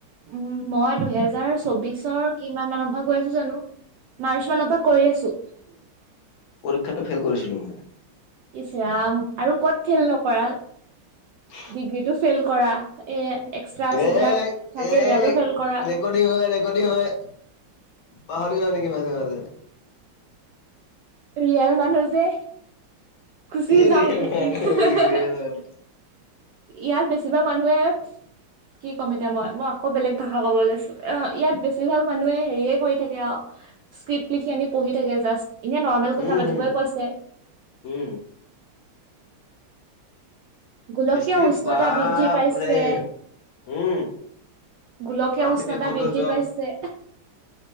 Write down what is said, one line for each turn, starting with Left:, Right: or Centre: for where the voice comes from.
Right: উম মই দুহেজ দুহেহেজাৰ চৌবিশৰ কিমান মানৰ পৰা কৰি আছো জানো মাৰ্চ মানৰ পৰা কৰি আছো।
Left: পৰীক্ষাটো ফেল কৰিছিলো মানে।
Right: ইচৰাম আৰু কত ফেল নকৰা।
Left: <inaudible>
Right: ডিগ্ৰীটো ফেইল কৰা এ এক্সট্ৰা
Left: এই
Right: যিবিলাক থাকে
Left: এই
Right: সেয়াতো ফেইল কৰা।
Left: ৰেকৰ্ডিং হয়‌ ৰেকৰ্ডিং হয় পাহৰি যাৱ নেকি মাজে মাজে।
Right: ৰিয়েল মানুহ যে গুছি
Left: কি
Right: যাওঁ
Left: ৰে
Right: হে‌
Left: মানুহ
Right: হে হে।
Left: ৰে মানুহ।
Right: ইয়াত বেছিভাগ মানুহে কি ক'ম এতিয়া মই মই আকৌ বেলেগ ভাষা কব লৈছো অ ইয়াত বেছিভাগ মানুহে হেৰিয়ে কৰি থাকে আৰু। স্ক্ৰিপ্ট লিখি আনি পঢ়ি থাকে জাষ্ট। এনে নৰ্মেল
Left: উম,
Right: কথা পাতিবই
Left: হম,
Right: কৈছে।
Left: উম।
Right: গোলকীয়
Left: স্ক্ৰিপ্ট
Right: উষ্ণতা
Left: বাপৰে
Right: বৃদ্ধি পাইছে।
Left: উম
Right: গোলকীয়
Left: প্ৰাকৃতিক
Right: উষ্ণতা
Left: সৌন্দৰ্য
Right: বৃদ্ধি পাইছে।